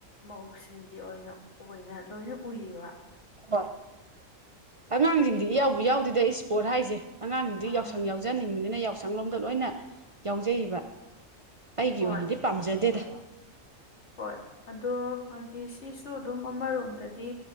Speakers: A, on the left; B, on the right.
A: ꯃꯧꯁꯤꯡꯒꯤ ꯑꯣꯏꯅ-ꯑꯣꯏꯅ ꯂꯣꯏꯅ ꯎꯏꯌꯦꯕ
B: ꯍꯣꯏ ꯑꯉꯥꯡꯁꯤꯡꯗꯤ
A: ꯑꯗꯨꯅꯦ ꯑꯗꯣ
B: ꯏꯌꯥꯎꯕꯨ ꯌꯥꯎꯗꯦꯗ ꯏꯁ꯭ꯄꯣꯔꯠ ꯍꯥꯏꯁꯦ ꯑꯉꯥꯡꯁꯤꯡꯗꯤ
A: ꯑ
B: ꯌꯥꯎꯁꯪ ꯌꯥꯎ ꯖꯅꯤꯡꯕꯅꯤꯅ ꯌꯥꯎꯁꯪ ꯂꯣꯝꯗ ꯂꯣꯏꯅ ꯌꯥꯎꯖꯩꯌꯦꯕ ꯑꯩꯒꯤ
A: ꯍꯣꯏ
B: ꯑꯣꯏꯅꯗꯤ ꯄꯥꯝꯖꯗꯦꯗ
A: ꯍꯣꯏ ꯑꯗꯣ ꯍꯥꯏꯗꯤ ꯁꯤꯁꯨ ꯑꯗꯨꯝ ꯑꯃꯔꯣꯝꯗꯗꯤ